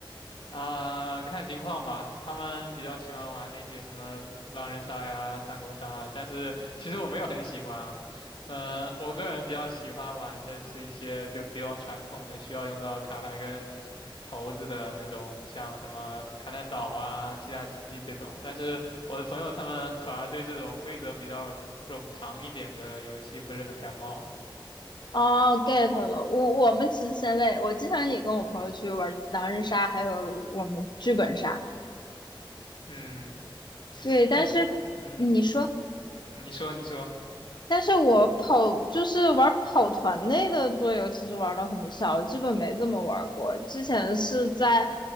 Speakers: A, on the left; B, on the left.
A: 啊、看情况吧。他们比较喜欢玩那些什么狼人杀呀、三国杀啊，但是其实我没有很喜欢啊。呃，我个人比较喜欢玩的是一些就比较传统的，需要用到卡牌跟骰子的那种，像什么卡坦岛啊、七大奇迹这种。但是我的朋友他们反而对这种规则比较冗长一点的游戏不是很感冒。
B: 哦，get 了。我我们其实先类，我经常也跟我朋友去玩狼人杀，还有我们剧本杀。
A: 嗯，
B: 对，但是你说。
A: 但是，嗯，你说，你说。
B: 但是我跑就是玩跑团类的桌游，其实玩的很少，基本没怎么玩过。之前是在